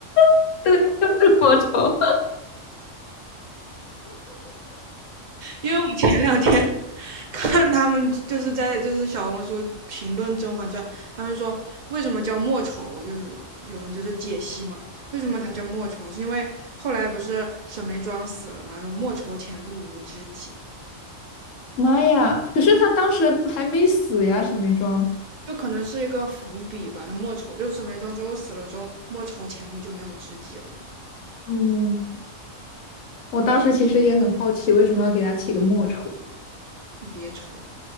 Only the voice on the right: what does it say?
因为我前两天 <laughs> 看他们就是在就是小红书评论《甄嬛传》，他们说为什么叫莫愁，就是有人就是解析嘛，为什么他叫莫愁，是因为后来不是沈眉庄死了嘛，莫愁前路无知己，
就可能是一个伏笔吧。那莫愁就是沈眉庄之后死了之后，莫愁前路就没有知己了嘛，
你别愁，